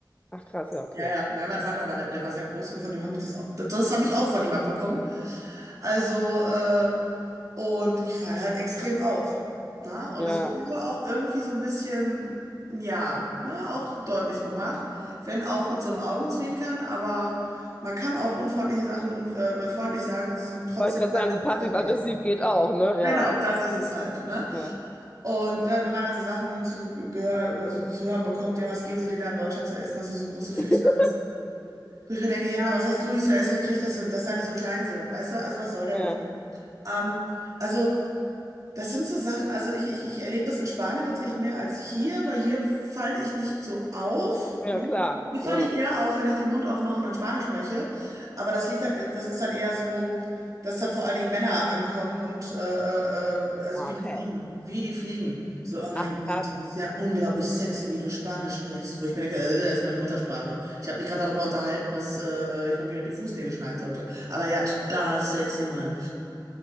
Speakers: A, on the left; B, on the right.
A: Ach krass, ja, okay.
B: Ja, ja, ja, mein Vater war da, der war sehr groß und von dem habe ich das auch, das, das habe ich auch von ihm abbekommen. Also, äh, und ich falle halt extrem auf. Na? Und
A: Ja.
B: das wird mir aber auch irgendwie so ein bisschen, ja, ne, auch deutlich gemacht. Wenn auch mit so einem Augenzwinkern, aber man kann auch unfreundliche Sachen und äh, freundlich sagen und sie sind trotzdem
A: Wollte gerade
B: leicht
A: sagen, so
B: unfreundlich.
A: passiv-aggressiv geht auch, ne?
B: Genau,
A: Ja,
B: das ist es halt, ne?
A: ja,
B: Und ne, wenn man dann so Sachen zu, gehör, also zu hören bekommt, ja, was geben sie dir da in Deutschland zu essen, dass du so große Füße
A: <laughs>
B: hast? Wo ich mir denke, ja, was hast du nicht zu essen gekriegt, dass, du- dass deine so klein sind, weißt du? Also was soll der
A: ja,
B: Mist? Ähm, also. Das sind so Sachen, also ich, ich, ich erlebe das in Spanien tatsächlich mehr als hier, weil hier falle ich nicht so auf.
A: ja,
B: Ne?
A: klar.
B: Hier
A: Ja.
B: falle ich eher auf, wenn ich den Mund aufmache und dann Spanisch spreche. Aber das liegt dann, äh, das ist dann eher so, dass dann vor allen Dingen Männer ankommen und äh, äh, äh, also
A: Okay.
B: wie die fliegen. Wie die fliegen. So, oh mein
A: Ach,
B: Gott,
A: krass,
B: das ist ja unglaublich sexy, wie du Spanisch sprichst. Wo ich mir denke, äh, das ist meine Muttersprache. Ich habe mich gerade darüber unterhalten, dass äh, äh, ich mal wieder die Fußnägel schneiden sollte. Aber ja, total sexy, Mann.